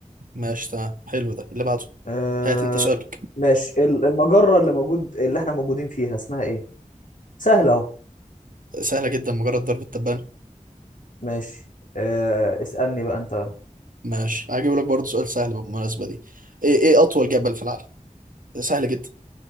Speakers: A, on the right; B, on the left.
A: ماشي تمام حلو ده اللي بعده
B: آه،
A: هات انت سؤالك
B: ماشي ال- المجرة اللي موجود اللي احنا موجودين فيها اسمها ايه سهلة اهو
A: سهلة جدا مجرد ضرب التبانة
B: ماشي آه، اسألني بقى انت
A: ماشي هجيب لك برضه سؤال سهل بالمناسبة دي ايه ايه أطول جبل في العالم سهل جدا